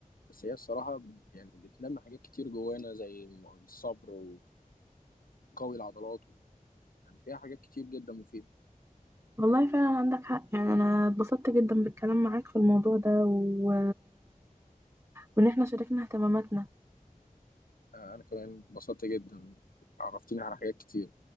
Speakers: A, on the left; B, on the right.
A: بس هي الصراحة يعني بتنمي حاجات كتير جوانا زي الصبر و... قوي العضلات يعني فيها حاجات كتير جدا مفيدة
B: والله فعلا عندك حق يعني أنا اتبسطت جدا بالكلام معاك في الموضوع ده و... وإن إحنا شاركنا اهتماماتنا
A: آه، أنا كمان اتبسطت جدا عرفتني على حاجات كتير